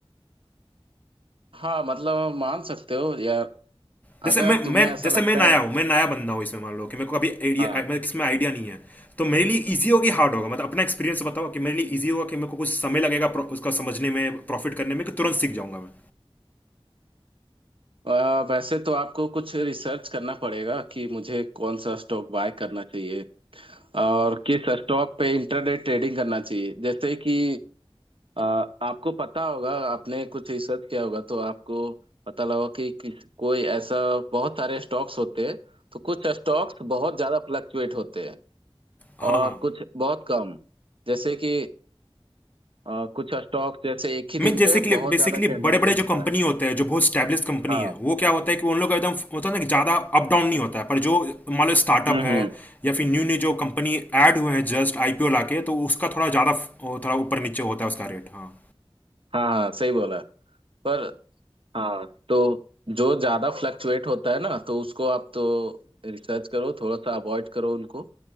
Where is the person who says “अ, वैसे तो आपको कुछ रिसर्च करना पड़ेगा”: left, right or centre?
Right